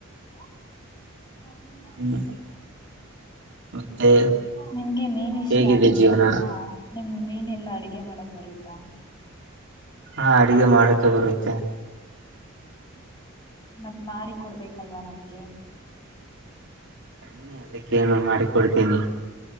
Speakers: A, on the left (about 20°); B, on the right (about 60°).
A: <unintelligible>
B: ಹ್ಮ್ ಮತ್ತೆ
A: ನಿಮ್ಗೆ ಮೀನ್ ಇಷ್ಟ
B: ಹೇಗಿದೆ
A: ಅಂದ್ರಿ
B: ಜೀವನ
A: ಅಲ್ವಾ ನಿಮ್ಮೀನ್ ಎಲ್ಲ ಅಡಿಗೆ ಮಾಡಕ್ ಬರುತ್ತಾ
B: ಹಾ ಅಡಿಗೆ ಮಾಡಕೆ ಬರುತ್ತೆ
A: ಮತ್ ಮಾಡಿ ಕೊಡ್ಬೇಕಲ್ವಾ ನಮ್ಗೆ
B: ಬನ್ನಿ ಅದಕ್ಕೇನು ಮಾಡಿಕೊಡ್ತೀನಿ